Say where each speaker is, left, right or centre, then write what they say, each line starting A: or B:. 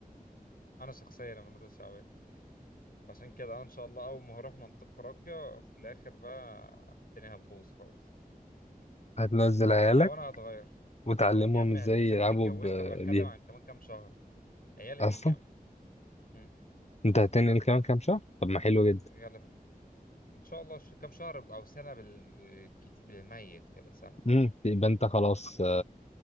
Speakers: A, on the left (about 70°); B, on the left (about 45°).
A: انا شخصيا المناطق الشعبيه عشان كده انا ان شاء الله اول ما هروح منطقه راقيه في الاخر بقى الدنيا هتبوظ خالص
B: هتنزل عيالك
A: او انا هتغير
B: وتعلمهم
A: يا عم
B: ازاي
A: انت خلتني
B: يلعبوا
A: اتجوزت
B: ب-
A: انا بتكلم
B: بيها
A: عن كمان كام شهر عيالي
B: اصلا
A: مين يا عم مم.
B: انت هتنقل كمان كام شهر طب ما حلو جدا
A: غالبا ان شاء الله ش- كام شهر او سنه بال- بالكتير بالميت كده سنه
B: امم يبقى انت خلاص